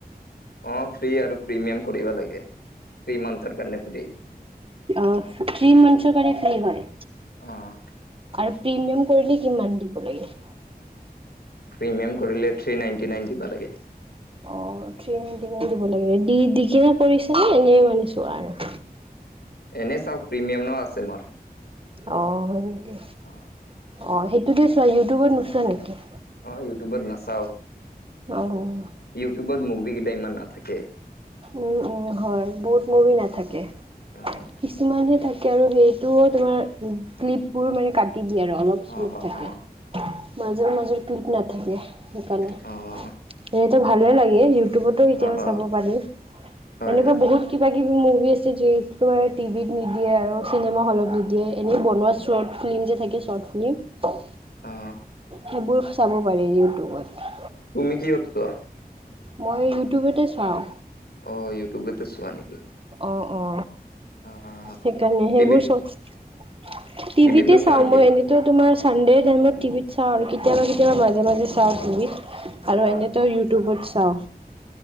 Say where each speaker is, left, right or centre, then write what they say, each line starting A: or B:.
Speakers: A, on the left; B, on the right.
A: অ ফ্ৰী আৰু প্ৰিমিয়াম কৰিব লাগে থ্ৰী মান্থৰ কাৰণে ফ্ৰী
B: অঁ থ্ৰী মান্থছৰ কাৰণে ফ্ৰী হয়।
A: অঁ!
B: আৰু প্ৰিমিয়াম কৰিলে কিমান দিব লাগে।
A: প্ৰিমিয়াম কৰিলে থ্ৰী নাইনটি নাইন দিব লাগে
B: অঁ থ্ৰী নাইণ্টি নাইন দিব
A: অ',
B: লাগে দিকনে কৰিছেনে এনেই মানে ছোৱা আৰু
A: এনেই চাওঁ প্ৰিমিয়াম আছে মোৰ
B: অঁ হয় নেকি
A: অঁ!
B: অঁ সেইটো দে চোৱা আৰু ইউটিউবত নোচোৱা নেকি?
A: অঁ ইউটিউবত নাচাওঁ।
B: অঁ অঁ!
A: ইউটিউবত মুভি কেইটা ইমান নাথাকে।
B: উমঁ উমঁ হয় বহুত মুভি নাথাকে।
A: অ'
B: কিছুমানে থাকে আৰু সেইটো তোমাৰ ক্লিপ বোৰ মানে কাটি দিয়ে আৰু অলপ ক্লিপ
A: অ' অ'
B: থাকে। মাজৰ মাজৰ ক্লিপ নাথাকে সেইকাৰণে
A: অ'।
B: সেইটো ভালেই লাগে ইউটিউবতো কেতিয়াবা
A: অ', অ',
B: চাব পাৰি
A: হয়,
B: এনেকুৱা
A: হয়।
B: বহুত কিবা কিবি মুভি আছে যিহেতু তোমাৰ টিভিত নিদিয়ে আৰু চিনেমা হলত নিদিয়ে এনেই বনোৱা শৰ্ট ফিল্ম যে থাকে শৰ্ট ফিল্ম
A: অ
B: সেইবোৰ চাব পাৰি ইউটিউবত
A: তুমি কিহত চোৱা?
B: মই ইউটিউবতে চাওঁ।
A: অ ইউটিউব এ চোৱা নেকি।
B: অ অ
A: অ'।
B: সেইকাৰণে
A: টিভিত,
B: সেইবোৰ চ টিভিতে
A: টিভিত নোচোৱা
B: চাও
A: নেকি?
B: মই এনে তোমাৰ চানডেৰ
A: অ',
B: টাইমত টিভিত চাওঁ আৰু কেতিয়াবা কেতিয়াবা
A: অ',
B: মাজে মাজে চাওঁ টিভিত
A: অ',
B: আৰু এনে তই ইউটিউবত চাও